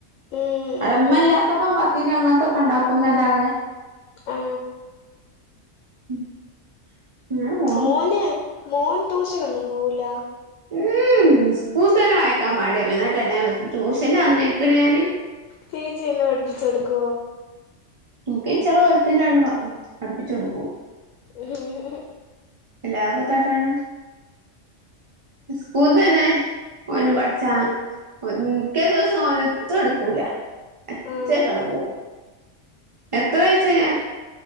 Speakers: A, on the left (about 85°); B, on the right (about 50°).
A: ഉം ഉം
B: അടെമ്മല്ലാത്തപ്പം പത്തിരി അങ്ങൻത്തൊക്കെ ഇണ്ടാക്കുന്നല്ലാതെ
A: ആ
B: <inaudible> പോണു
A: മോന്, മോൻ ട്യൂഷനൊന്നും പോവൂലാ?
B: ഉം സ്കൂള്തന്നെ വായിക്കാ മടിയ. എന്ന്ട്ടെ ട്യൂഷന് പറഞ്ഞയക്കണ് ഞാന്
A: ചേച്ചിയെന്നെ പഠിപ്പിച്ചൊട്ക്കോ?
B: ഇൻക്ക് ചള <unintelligible> പഠിപ്പിച്ച് കൊടുക്കുവോ
A: ഉം ഉം ഉം
B: എല്ലാം പൊത്താട്ടാണോ സ്കൂൾ തന്നെ ഓന് പഠിച്ചാ ഒക്കേ ദിവസം ഓനത്തും എടുക്കൂല അച്ചായ്ക്കാങ്ങ്
A: ആ
B: പോവും. എത്രാ ആഴ്ചയാ